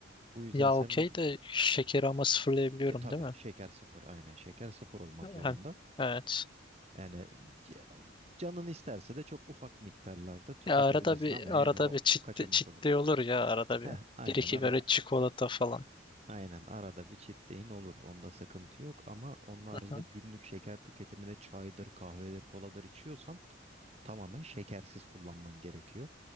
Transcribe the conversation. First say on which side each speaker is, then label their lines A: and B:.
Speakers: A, on the right; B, on the left.
A: Bu yüzden
B: Ya
A: sen
B: okey
A: vücut...
B: de şekeri ama sıfırlayabiliyorum
A: E tabii
B: değil mi?
A: şeker sıfır aynen şeker sıfır olmak zorunda.
B: Hem, evet.
A: Yani c- canın isterse de çok ufak miktarlarda tüketebilirsin
B: Ya arada bir
A: ama yani
B: arada
A: o
B: bir çit
A: kaçamak
B: çitli
A: olur.
B: olur ya arada
A: Heh,
B: bir.
A: aynen
B: Bir iki
A: ara
B: böyle çikolata falan.
A: aynen arada bir cheat day'in olur. Onda sıkıntı yok ama onun haricinde
B: Hı hı.
A: günlük şeker tüketimine çaydır, kahvedir, koladır içiyorsan tamamen şekersiz kullanman gerekiyor.